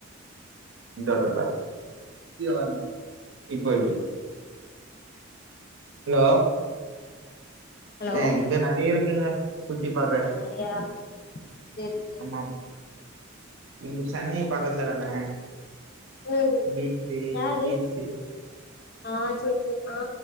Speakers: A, on the right; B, on the left.
A: இதா இதா இதா வீடியோ ஆன் பண்ணு இப்போ எப்டி ஹலோ
B: ஹலோ
A: எ இங்க நெறையா இருக்குங்க சுத்தி பாக்க
B: அப்டியா சேரி சேரி
A: ஆமா இங்க சென்னை பக்கத்துல தான
B: ம்
A: பீச்சு
B: யாரு
A: பீச்சு
B: ஆ செர் செ ஆ